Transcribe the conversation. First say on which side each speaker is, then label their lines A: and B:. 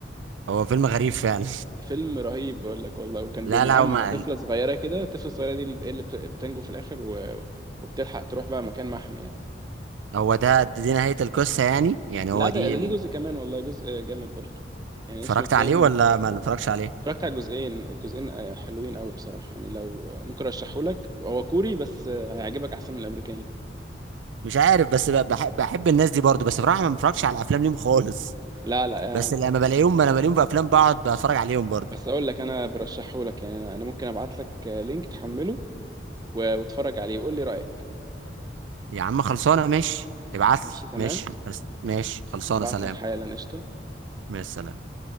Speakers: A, on the right; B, on the right.
A: هو فيلم غريب فعلا
B: فيلم رهيب بقول لك والله وكان
A: <laughs> لا
B: بيبقى
A: لا
B: معاهم
A: هو ما
B: طفلة صغيرة كده الطفلة الصغيرة دي اللي اللي بت- بتنجو في الآخر و- وبتلحق تروح بقى مكان محمي يعني
A: هو ده ده دي نهاية القصة يعني يعني
B: لا
A: هو
B: ده
A: دي
B: ده ليه جزء كمان والله جزء جامد برضه يعني
A: اتفرجت
B: اسمه ترين
A: عليه ولا ما اتفرجش عليه
B: اتفرجت على الجزئين الجزئين آه، حلوين قوي بصراحه يعني لو آه، ممكن ارشحهولك هو كوري بس آه، هيعجبك احسن من الامريكاني كمان
A: مش عارف بس ب- بحب بحب الناس دي برضو بس بصراحه ما بتفرجش على افلام ليهم خالص
B: لا لا
A: بس
B: آه،
A: لما بلاقيهم لما بلاقيهم في افلام بقعد بتفرج عليهم برضو
B: بس اقول لك انا برشحهولك يعني انا أنا ممكن ابعت لك آه، لينك تحمله و- واتفرج عليه وقول لي رايك
A: يا عم خلصانه ماشي ابعت لي
B: ماشي تمام
A: ماشي ماشي خلصانه
B: ابعت
A: سلام
B: لك حالا قشطه
A: مع السلامه